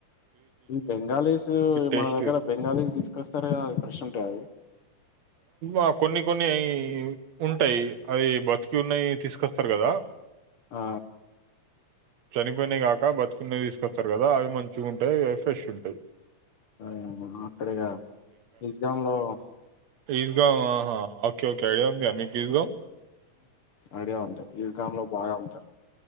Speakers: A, on the left; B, on the right.
A: ఈ బెంగాలీస్
B: టేస్ట్
A: మన దగ్గర బెంగాలీస్ తీసుకొస్తార అది ప్రెష్ ఉంటాయి అది
B: ఆ కొన్ని కొన్ని ఉంటాయి అది బతికి ఉన్నాయి తీసుకొస్తారు కదా
A: ఆ
B: చనిపోయినావి కాక బతుకున్నవి తీసుకొస్తారు కదా అవి మంచిగా ఉంటాయి అవి ఫ్రెష్ ఉంటాయి
A: అరే అక్కడిగా నిజగా లో
B: ఈజగాహా ఓకే ఓకే ఐడియా ఉందియా మీకు ఈజగాం
A: ఐడియా ఉంది ఈకాంలో బాగా ఉంటారు